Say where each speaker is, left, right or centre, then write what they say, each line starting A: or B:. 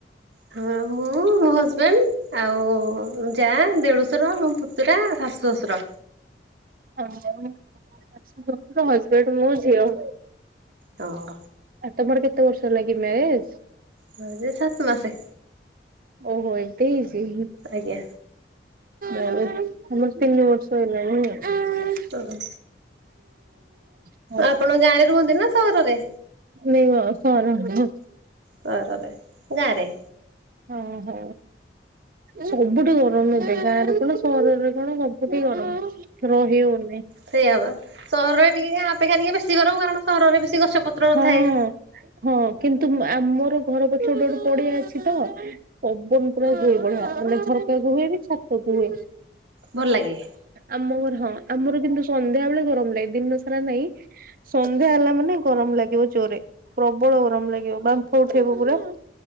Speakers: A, on the right (about 75°); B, on the right (about 50°).
A: ହଁ ମୁଁ ମୋ ହଜବେଣ୍ଡ ଆଉ ଯା ଦେଢଶର। ମୋ ପୁତୁରା ଶାଶୁ ଶ୍ୱଶୁର।
B: <inaudible> ହସବେଣ୍ଡ ମୁଁ ଝିଅ।
A: ହଁ
B: ଆଉ ତମର କେତେ ବର୍ଷ ଲାଗି ମ୍ୟାରେଜ?
A: <unintelligible> ସାତ ମାସେ।
B: ଓହୋ ଏଵେ ହେଇଚି।
A: ଆଜ୍ଞା
B: ଆମର ତିନି ବର୍ଷ ହେଲାଣି।
A: ଓ ହୋ
B: ହଁଁ।
A: ଆପଣ ଗାଁରେ ରୁହନ୍ତି ନା ସହରରେ?
B: ନାଁ ସହରର।
A: ସହରରେ, ଗାଁ ରେ?
B: ହଁ ହଁ ସବୁଠି ଗରମ ଏବେ ଗାଁ ରେ କଣ ସହରରେ କଣ ସୁ ସବୁଠି ଗରମ ରହି ହଉନି।
A: ସେଇଆବା, ସହରରେ ଟିକେ ଗାଁ ଅପେକ୍ଷା ଟିକେ ବେଶୀ ଗରମ କାରଣ ସହରରେ ବେଶୀ ଗଛପତ୍ର ନଥାଏ।
B: ହଁ ହଁ କିନ୍ତୁ ଆମର ଘର ପଛପଟେ ଗୋଟେ ପଡ଼ିଆ ଅଛି ତ ପବନ ପୁରା ହୁଏ ବଢ଼ିଆ ମାନେ ଝରକାକୁ ହୁଏ ବି ଛାତକୁ ହୁଏ।
A: ଭଲ ଲାଗେ।
B: ଆମ ଘର ହଁ ଆମର କିନ୍ତୁ ସନ୍ଧ୍ୟା ବେଳେ ଗରମ ଲାଗେ ଦିନ ସାରା ନାଇଁ। ସନ୍ଧ୍ୟା ହେଲା ମାନେ ଗରମ ଲାଗିବ ଜୋରେ ପ୍ରବଳ ଗରମ ଲାଗିବ ବାମ୍ଫ ଉଠେଇବ ପୁରା।